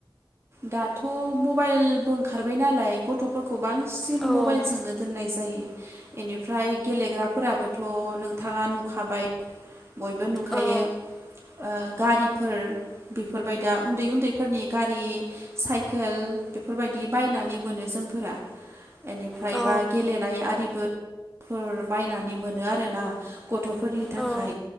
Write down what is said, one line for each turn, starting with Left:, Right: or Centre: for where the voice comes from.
Right: दाथ' मबाइलबो ओंखारबाय नालाय गथ'फोर खौ बांसिन
Centre: औ
Right: मबाइलजोंनो दोननायस जायो एनिफ्राय गेलेग्राफोराबोथ' नोंथाङा नुखाबाय बयबो नुखायो।
Centre: औ
Right: ओ गारिफोर बेफोरबाय दा उन्दै उन्दैफोरनि गारि साइकेल बेफोरबायदि बायनानै मोनो जोंफोरा एनिफ्राय
Centre: औ
Right: बा गेलेनाय आरिबो फोर बायनानै मोनो आरोना गथ'फोरनि थाखाय
Centre: औ ओ